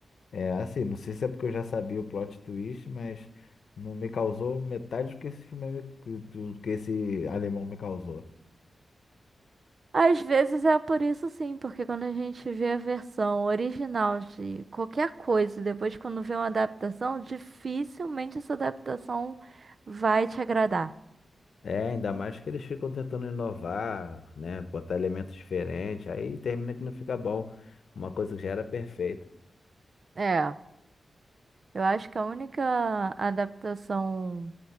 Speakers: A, on the left (about 75°); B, on the right (about 50°).
A: É assim, não sei se é porque eu já sabia o plot twist, mas não me causou metade do que esse filme, me- do que esse alemão me causou.
B: Às vezes é por isso sim, porque quando a gente vê a versão original de qualquer coisa, e depois quando vê uma adaptação, dificilmente essa adaptação vai te agradar.
A: É, ainda mais que eles ficam tentando inovar, né? Botar elementos diferentes, aí termina que não fica bom. Uma coisa que já era perfeita.
B: É. Eu acho que a única adaptação